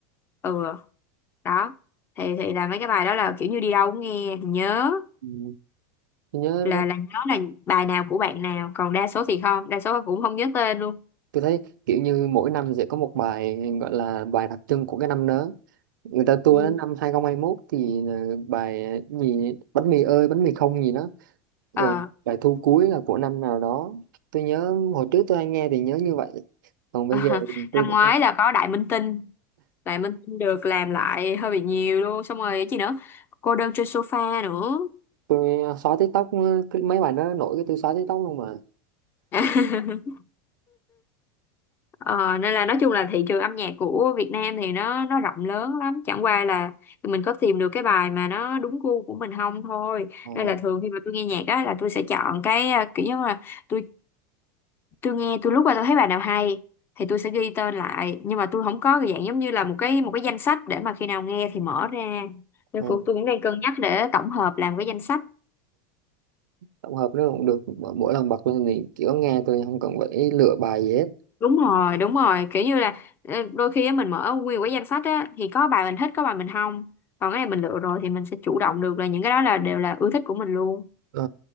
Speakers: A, on the left; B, on the right.
A: ừ đó thì thì là mấy cái bài đó là kiểu như đi đâu cũng nghe thì nhớ
B: Ừ, tôi nhớ
A: là
B: quá.
A: là nhớ là bài nào của bạn nào còn đa số thì không đa số cũng không nhớ tên luôn
B: tôi thấy kiểu như mỗi năm sẽ có một bài gọi là bài đặc trưng của cái năm đó người ta tua
A: ừ.
B: đến năm hai không hai mốt thì là bài gì bánh mì ơi bánh mì không gì đó rồi
A: ờ
B: bài thu cuối là của năm nào đó tôi nhớ hồi trước tôi hay nghe thì nhớ như vậy còn bây
A: <laughs>
B: giờ thì tôi
A: năm
B: cũng
A: ngoái
B: không-
A: là có Đại Minh Tinh Đại Minh Tinh được làm lại hơi bị nhiều luôn xong rồi cái gì nữa cô đơn trên sofa nữa
B: tôi xóa TikTok cái mấy bài nó nổi cái tôi xóa TikTok luôn mà
A: <laughs> Ờ, nên là nói chung là thị trường âm nhạc của Việt Nam thì nó nó rộng lớn lắm chẳng qua là mình có tìm được cái bài mà nó đúng gu của mình không thôi
B: Ờ,
A: nên là thường khi mà tôi nghe nhạc đó là tôi sẽ chọn cái à, kiểu như là tôi tôi nghe tôi lúc mà tôi thấy bài nào hay thì tôi sẽ ghi tên lại nhưng mà tôi không có cái dạng giống như là một cái một cái danh sách để mà khi nào nghe thì mở ra nên
B: ờ,
A: cũng tôi cũng đang cân nhắc để tổng hợp làm cái danh sách
B: tổng hợp nó cũng được mỗi mỗi lần bật lên thì kiểu nghe tôi không cần phải lựa bài gì hết
A: đúng rồi đúng rồi kiểu như là ờ, đôi khi á, mình mở nguyên một cái danh sách á thì có bài mình thích có bài mình không còn cái này mình lựa rồi thì mình sẽ chủ động được là những cái đó là đều là ưa thích của mình luôn
B: Ờ,